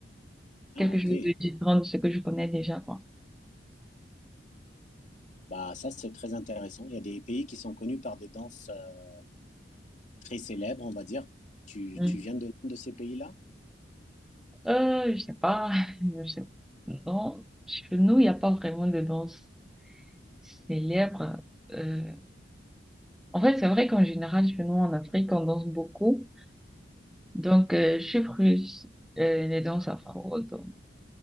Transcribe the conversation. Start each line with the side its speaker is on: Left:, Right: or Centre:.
Left: Ah,
Centre: quelque
Left: ok.
Centre: chose de différent de ce que je connais déjà, quoi.
Left: Bah, ça, c'est très intéressant. Il y a des pays qui sont connus par des danses euh, très célèbres, on va dire. Tu,
Centre: Mm.
Left: tu viens de l'un de ces pays-là?
Centre: Euh, je sais pas, <laughs> je sais Non, chez nous, il n'y a pas vraiment de danse célèbre.
Left: Ok.
Centre: Euh, en fait, c'est vrai qu'en général, chez nous, en Afrique, on danse beaucoup. Donc, euh, je suis russe, euh, les danses afro. Donc,